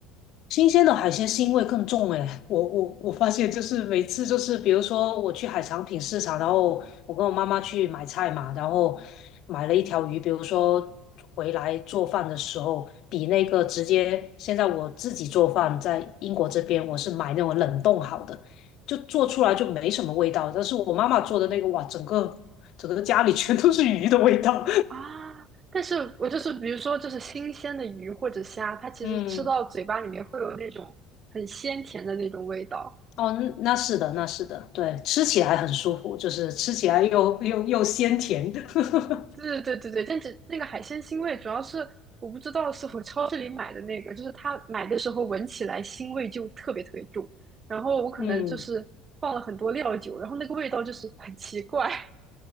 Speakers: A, on the left; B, on the right.
A: 新鲜的海鲜腥味更重诶，我我我发现就是每次就是比如说我去海产品市场，然后我跟我妈妈去买菜嘛，然后买了一条鱼，比如说回来做饭的时候，比那个直接现在我自己做饭在英国这边，我是买那种冷冻好的，就做出来就没什么味道，但是我妈妈做的那个哇，整个整个家里全都是鱼的味道，
B: 啊，但是我就是比如说，就是新鲜的鱼或者虾，它其实吃到嘴巴里面会有那种很鲜甜的那种味道。
A: <laughs> 嗯。哦，嗯那那是的，那是的，对，吃起来很舒服，就是吃起来又又又鲜甜的。<laughs>
B: 对对对对对，但是那个海鲜腥味主要是我不知道是我超市里买的那个，就是它买的时候闻起来腥味就特别特别重，然后我可能就是放了很多料酒，
A: 嗯
B: 然后那个味道就是很奇怪。